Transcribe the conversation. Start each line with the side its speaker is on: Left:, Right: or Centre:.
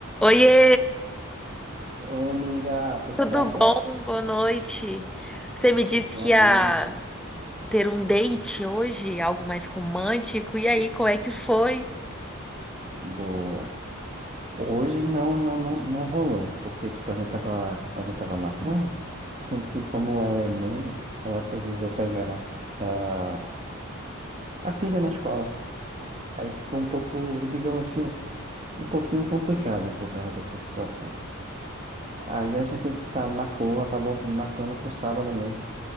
Centre: Oiê,
Right: Oi, amiga, tudo
Centre: tudo
Right: certo?
Centre: bom? Boa noite. Você me disse
Right: Boa
Centre: que ia
Right: noite.
Centre: ter um date hoje, algo mais romântico. E aí, qual é que foi?
Right: Boa. Hoje não, não, não, não rolou, porque tipo, a gente tava, a gente tava marcando, sendo que como ela é mãe, ela precisou pegar a, a filha na escola. Aí ficou um pouco, digamos assim, um pouquinho complicado por causa dessa situação. Aí a gente tá, marcou, acabou marcando pro sábado mesmo.